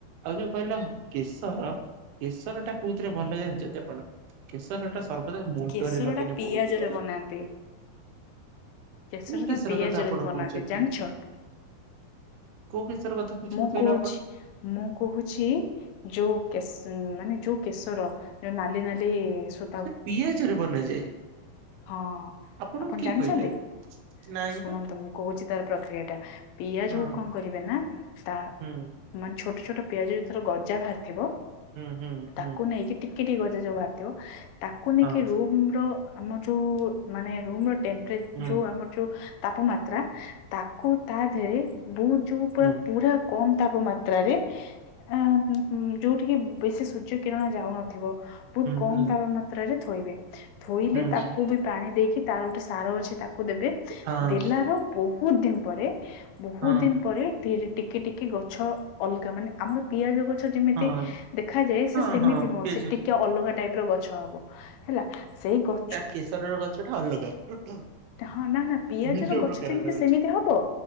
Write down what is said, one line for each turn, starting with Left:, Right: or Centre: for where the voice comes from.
Right: ଆଉ ଯୋଉ କହିଲ କେଶର, କେଶର ଟା କୋଉଥିରେ ଭଲ ଜାଣିଛନ୍ତି ଆପଣ? କେଶର ଟା ସର୍ବଦା ମୁଣ୍ଡରେ
Left: କେଶର
Right: ଲଗେଇଲେ
Left: ଟା ପିଆଜରେ
Right: ବହୁତି ଭଲ।
Left: ବନାନ୍ତି କେଶର
Right: କୋଉ
Left: ତା ପିଆଜରେ
Right: କଥା ଆପଣ
Left: ବନାନ୍ତି
Right: କହୁଛନ୍ତି?
Left: ଜାଣିଛ?
Right: କୋଉ କେଶର କଥା କହୁଛନ୍ତି
Left: ମୁଁ
Right: କହିଲେ
Left: କହୁଛି,
Right: ଆପଣ?
Left: ମୁଁ କହୁଛି ଯୋଉ କେଶ ଉଁ, ମାନେ ଯୋଉ କେଶର ଯୋଉ ନାଲି ନାଲି ସୁ
Right: ସେ ପିଆଜରେ ବନାଯାଏ।
Left: ହଁ,
Right: ଆପଣଙ୍କୁ
Left: ଆପଣ
Right: କିଏ
Left: ଜାଣିଛନ୍ତି?
Right: କହିଲା? ନାଇଁ
Left: ଶୁଣନ୍ତୁ
Right: ତ
Left: ମୁଁ କହୁଛି ତାର ପ୍ରକ୍ରିୟା ଟା ପିଆଜକୁ
Right: ହଁ
Left: କଣ କରିବେ ନା ତା
Right: ହୁଁ
Left: ମାନେ ଛୋଟ ଛୋଟ ପିଆଜ ରେ ତାର ଗଜା ବାହାରିଥିବ
Right: ହୁଁ ହୁଁ ହୁଁ
Left: ତାକୁ ନେଇକି ଟିକେ ଟିକେ ଗଜା ଯୋଉ ବାହାରିଥିବ ତାକୁ ନେଇକି
Right: ହଁ
Left: ରୁମ୍ ର ଆମର ଯୋଉ ମାନେ ରୁମ୍ ର ଟେମ୍ପ୍ରେ
Right: ହୁଁ
Left: ଯୋଉ ଆମର ଯୋଉ ତାପମାତ୍ରା ତାକୁ ତା ଦେହରେ ବହୁତ ଯୋଉ ପ-
Right: ହୁଁ
Left: ପୁରା କମ୍ ତାପମାତ୍ରାରେ ଅଁ, ହୁଁ, ଯୋଉଠି କି ବେଶୀ ସୂର୍ଯ୍ୟ କିରଣ ଯାଉନଥିବ, ବହୁତ କମ
Right: ହୁଁ
Left: ତାପମାତ୍ରାରେ ଥୋଇବେ। ଥୋଇଲେ
Right: ହୁଁ
Left: ତାକୁ
Right: ହୁଁ
Left: ବି ପାଣି ଦେଇକି ତାର ଗୋଟେ ସାର ଅଛି ତାକୁ ଦେବେ।
Right: ହଁ
Left: ଦେଲାର ବହୁତ ଦିନ ପରେ, ବହୁତ
Right: ହଁ
Left: ଦିନ ପରେ <unintelligible> ଟିକେ ଟିକେ ଗଛ ଅଲଗା ମାନେ ଆମର ପିଆଜ ଗଛ ଯେମିତି
Right: ହଁ
Left: ଦେଖାଯାଏ ସେ
Right: ହଁ
Left: ସେମିତି
Right: ହଁ
Left: ନୁହଁ
Right: ପିଆଜ
Left: ସେ ଟିକେ ଅଲଗା ଟାଇପ୍ ର ଗଛ ହବ। ହେଲା ସେଇ ଗ
Right: କେଶର ର ଗଛ ଟା ଅଲଗା <inaudible>
Left: ହଁ ନା ନା ପିଆଜ
Right: ଭିନ୍ନ
Left: ର ଗଛ
Right: ପ୍ରକାରର
Left: ଯେମିତି ସେମିତି ହବ,